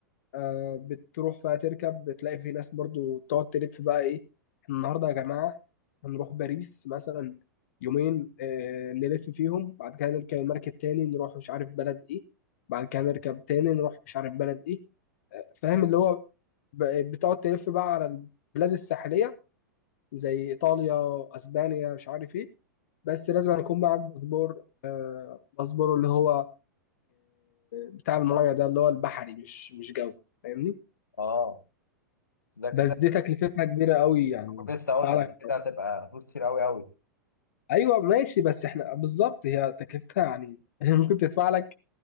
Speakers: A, on the left; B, on the left.
A: آه بتروح بقى تركب بتلاقي في ناس برضو تقعد تلف بقى إيه إحنا النهاردة يا جماعة هنروح باريس مثلا يومين آه نلف فيهم بعد كده نركب المركب تاني نروح مش عارف بلد إيه بعد كده نركب تاني نروح مش عارف بلد إيه فاهم اللي هو ب- بتقعد تلف بقى على البلاد الساحلية زي إيطاليا أسبانيا مش عارف إيه بس لازم يكون معاك باسبور آه، باسبور اللي هو بتاع المايه ده اللي هو البحري مش مش جو فاهمني
B: اه بس ده كده
A: بس دي تكلفتها كبيره قوي يعني
B: كنت لسه اقول
A: تدفع
B: لك
A: لك
B: ده كده هتبقى فلوس كتير قوي قوي
A: <laughs> ايوه ماشي بس احنا بالظبط هي تكلفتها يعني <laughs> ممكن تدفع لك